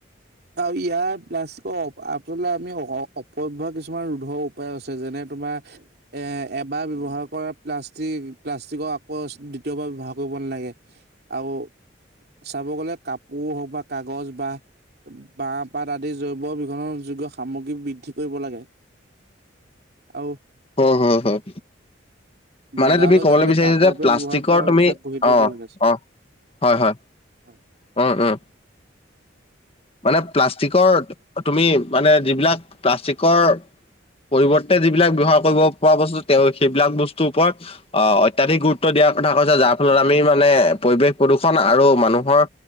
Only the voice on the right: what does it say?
আৰু ইয়াৰ প্লাষ্টিকৰ অপ আচলতে আমি হ অপব্যৱহাৰ কিছুমান ৰোধৰ উপায় আছে, যেনে তোমাৰ এ এবাৰ ব্যৱহাৰ কৰা প্লাষ্টিক প্লাষ্টিকৰ আকৌ দ্বিতীয়বাৰ ব্যৱহাৰ কৰিব নালাগে। আৰু চাব গ'লে কাপোৰ হওক বা কাগজ বা বাঁহপাত আদি জৈৱবিঘন যোগ্য সামগ্ৰী বৃদ্ধি কৰিব লাগে। আৰু
বজাৰলৈ
যাতে
কাপোৰৰ
পৰা
ব্যৱহাৰ কৰা
অভ্যাস গঢ়ি তুলিব
লাগে
হয়